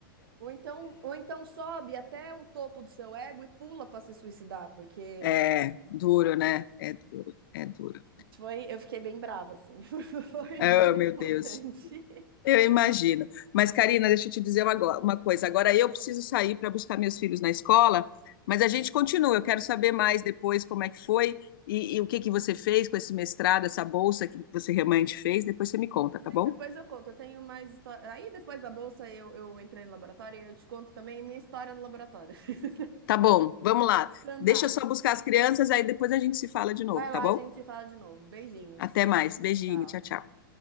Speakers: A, on the right; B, on the left.
A: Ou então, ou então sobe até o topo do seu ego e pula para se suicidar, porque
B: É duro, né? É duro, é duro.
A: foi, eu fiquei bem brava, assim. <laughs> Foi,
B: Ah,
A: foi
B: meu
A: revoltante.
B: Deus, eu imagino. Mas, Karina, deixa eu te dizer uma, go- uma coisa. Agora eu preciso sair para buscar meus filhos na escola, mas a gente continua. Eu quero saber mais depois como é que foi e, e o que que você fez com esse mestrado, essa bolsa que você realmente fez. Depois você me conta,
A: Sim,
B: tá bom?
A: depois eu conto. Eu tenho mais história. Aí depois da bolsa eu, eu entrei no laboratório e eu te conto também minha história no laboratório. <laughs>
B: Tá bom, vamos lá.
A: Então
B: Deixa
A: tá.
B: eu só buscar as crianças, aí depois a gente se fala de
A: Vai
B: novo, tá
A: lá,
B: bom?
A: a gente se fala de novo. Beijinhos.
B: Até mais. Beijinho,
A: Tchau, tchau.
B: tchau, tchau.